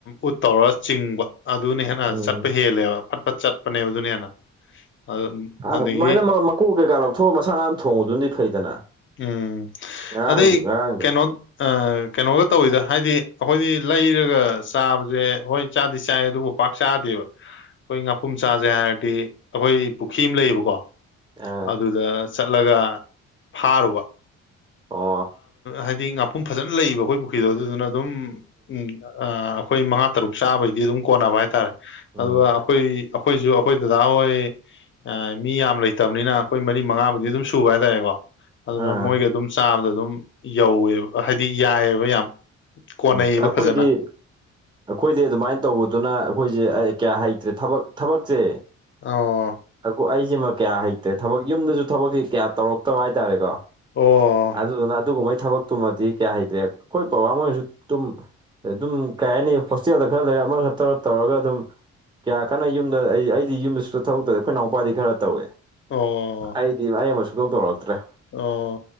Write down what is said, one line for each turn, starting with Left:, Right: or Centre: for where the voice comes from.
Left: ꯎꯠ ꯇꯧꯔꯒ ꯆꯤꯡꯕ ꯑꯗꯨꯗꯨꯅ ꯍꯦꯟꯅ
Right: ꯎꯝ
Left: ꯆꯠꯄ ꯍꯦꯜꯂꯦꯕ ꯐꯠ ꯐꯠ ꯆꯠꯄꯅꯦꯕ ꯑꯗꯨꯅ ꯍꯦꯟꯅ ꯑꯗꯨ-
Right: ꯑꯪ
Left: ꯑꯗꯒꯤ
Right: ꯑꯗꯨꯃꯥꯏꯅ ꯃꯀꯣꯛ ꯀꯩꯀꯥ ꯂꯧꯊꯣꯛꯑ ꯃꯁꯥ ꯅꯥ ꯊꯣꯡꯉꯨꯗꯨꯗꯤ ꯐꯩꯗꯅ
Left: ꯎꯝ
Right: ꯉꯔꯥꯡꯗꯨ
Left: ꯑꯗꯩ
Right: ꯉꯔꯥꯡꯗꯣ
Left: ꯀꯩꯅꯣ ꯑ ꯀꯩꯅꯣꯒ ꯇꯧꯋꯤꯗ ꯍꯥꯏꯗꯤ ꯑꯩꯈꯣꯏꯅꯤ ꯂꯩꯔꯒ ꯆꯥꯕꯁꯦ ꯍꯣꯏ ꯆꯥꯗꯤ ꯆꯥꯏ ꯑꯗꯨꯕꯨ ꯄꯥꯛ ꯆꯥꯗꯦꯕ
Right: <inaudible>
Left: ꯑꯩꯈꯣꯏ ꯉꯥꯄꯨꯝ ꯆꯥꯖꯦ ꯍꯥꯏꯔꯗꯤ ꯑꯩꯈꯣꯏ ꯄꯨꯈꯤ ꯑꯃ ꯂꯩꯌꯦꯕꯀꯣ
Right: ꯑꯥ
Left: ꯑꯗꯨꯗ ꯆꯠꯂꯒ ꯐꯥꯔꯨꯕ
Right: ꯑꯣ
Left: ꯍꯥꯏꯗꯤ ꯁꯨꯝ ꯐꯖꯅ ꯂꯩꯌꯦꯕ ꯑꯩꯈꯣꯏ ꯄꯨꯈ꯭ꯔꯤꯗꯣ ꯑꯗꯨꯗꯨꯅ ꯑꯗꯨꯝ ꯎꯝ꯫ ꯑꯥ ꯑꯩꯈꯣꯏ ꯃꯉꯥ ꯇꯔꯨꯛ ꯆꯥꯕꯩꯗꯤ ꯑꯗꯨꯝ ꯀꯣꯟꯅꯕ ꯍꯥꯏꯇꯥꯔꯦ
Right: ꯎꯝ
Left: ꯑꯗꯨꯒ ꯑꯩꯈꯣꯏ ꯑꯩꯈꯣꯏꯖꯨ ꯑꯩꯈꯣꯏ ꯗꯗꯥ ꯍꯣꯏ ꯃꯤ ꯌꯥꯝ ꯂꯩꯇꯕꯅꯤꯅ ꯑꯩꯈꯣꯏ ꯃꯔꯤ ꯃꯉꯥꯕꯨꯗꯤ ꯑꯗꯨꯝ ꯁꯨꯕ ꯍꯥꯏꯇꯥꯔꯦꯀꯣ ꯑꯗꯨꯅ
Right: ꯑꯥ
Left: ꯃꯣꯏꯒ ꯑꯗꯨꯝ ꯆꯥꯕꯗ ꯑꯗꯨꯝ ꯌꯧꯋꯦꯕ ꯍꯥꯏꯗꯤ ꯌꯥꯏꯑꯕ ꯌꯥꯝ ꯀꯣꯟꯅꯩꯌꯦꯕ
Right: ꯑ ꯑꯩꯈꯣꯏꯗꯤ
Left: ꯐꯖꯅ
Right: ꯑꯩꯈꯣꯏꯗꯤ ꯑꯗꯨꯃꯥꯏꯅ ꯇꯧꯕꯗꯨꯅ ꯑꯩꯈꯣꯏꯁꯦ ꯀꯌꯥ ꯍꯩꯇ꯭ꯔꯦ ꯊꯕꯛ ꯊꯕꯛꯁꯦ
Left: ꯑ
Right: <unintelligible> ꯑꯩꯖꯤꯃ ꯀꯌꯥ ꯍꯩꯇꯔꯦ ꯊꯕꯛ ꯌꯨꯝꯗꯖꯨ ꯊꯕꯛꯖꯦ ꯀꯌꯥ ꯇꯧꯔꯛꯇꯕ ꯍꯥꯏꯇꯥꯔꯦꯀꯣ꯫
Left: ꯑꯣ
Right: ꯑꯗꯨꯗꯨꯅ ꯑꯗꯨꯒꯨꯝꯕꯩ ꯊꯕꯛꯇꯨꯃꯗꯤ ꯀꯌꯥ ꯍꯩꯇꯔꯦ ꯑꯩꯈꯣꯏ ꯄꯥꯄꯥ ꯃꯣꯏꯅꯖꯨ ꯇꯨꯝ ꯑꯗꯨꯝ ꯀꯩ ꯍꯥꯏꯅꯤ ꯍꯣꯁꯇꯦꯜꯗ ꯈꯔ ꯂꯩꯔ ꯑꯃ ꯇꯧꯔ ꯇꯧꯔꯒ ꯑꯗꯨꯝ ꯀꯌꯥ ꯀꯟꯅ ꯌꯨꯝꯗ ꯑꯩ ꯑꯩꯗꯤ ꯌꯨꯝꯗꯁꯨ ꯊꯔꯛꯇ꯭ꯔ ꯑꯩꯈꯣꯏꯅꯥꯎꯄꯥꯗꯤ ꯈꯔ ꯇꯧꯏ
Left: ꯑꯣ
Right: ꯑꯩꯗꯤ ꯑꯩ ꯑꯃ ꯁꯨꯡ ꯇꯧ ꯇꯧꯔꯛꯇ꯭ꯔꯦ
Left: ꯑꯣ